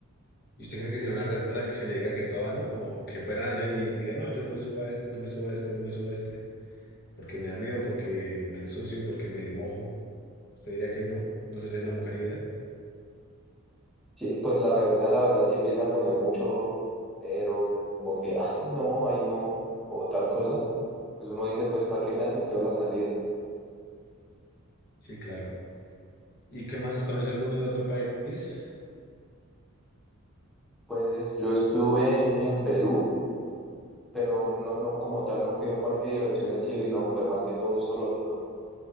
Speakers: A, on the left; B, in the centre.
A: ¿Y usted cree que sería una red flag que le diga que toda, ¿no? Como que fueran allá y él diga, no, yo no me subo a este, no me subo a este, no me subo a este, porque me da miedo, porque me ensucio, porque me mojo. ¿Usted diría que no? ¿No sería la mujer ideal?
B: Sí, pues la verdad, la verdad sí empieza a poner mucho pero, como que, ah, no, ay no, o tal cosa, pues uno dice, pues ¿para qué me aceptó la salida?
A: Sí, claro. ¿Y qué más? ¿Conoce alguno de otro país?
B: Pues yo estuve en Perú pero no, no, como tal no fui a un parque de diversiones y no fue más que todo un zoológico,